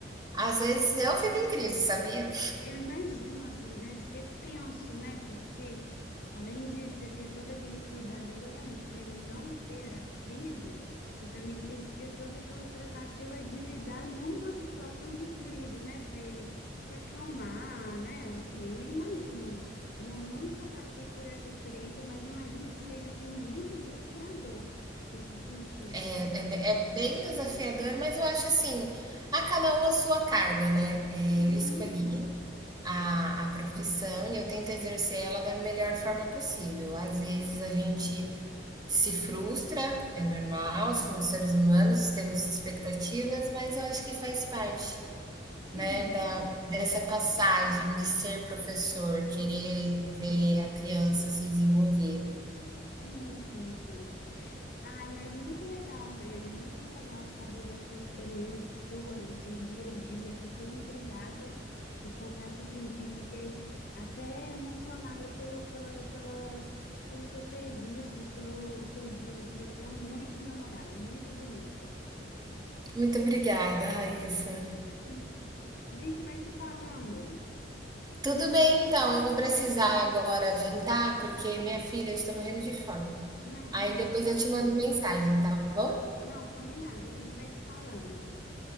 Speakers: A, on the right (about 20°); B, on the left (about 55°).
A: às vezes eu fico em crise, sabia?
B: Eu imagino, assim, deve ser tenso, né? Porque além de você ter todo aquele cuidado exatamente para ele não ter a crise, você também tem que ter toda aquela tratativa de lidar numa situação de crise, né? Para ele se acalmar, né? Assim, eu imagino, nu- nunca passei por essa experiência, mas imagino que seja, assim, muito desafiador nesse sentido.
A: É, é be- é bem desafiador, mas eu acho assim, a cada um a sua carga, né? É,
B: Uhum.
A: eu escolhi a, a profissão e eu tento exercer ela da melhor forma possível. Às vezes a gente se frustra, é normal, somos seres humanos, temos expectativas, mas eu acho que faz parte,
B: Sim,
A: né, da, dessa passagem de ser professor, querer ver a criança se desenvolver.
B: sim, sim, sim. Ai, mas muito legal, Rayane, muito legal saber dessa experiência sua, do seu dia a dia. Fiquei intrigada e confesso assim que fiquei até emocionada pelo, pela, pela, pelo seu serviço, seu, seu dia a dia. Assim, é muito memorável, muito bonito.
A: Muito obrigada, Raíssa.
B: <laughs> A gente vai se falando,
A: Tudo bem, então, eu vou precisar agora jantar, porque minha filha está morrendo de fome.
B: imagino.
A: Aí depois eu te mando mensagem, tá bom?
B: Não, combinado, a gente vai se falando.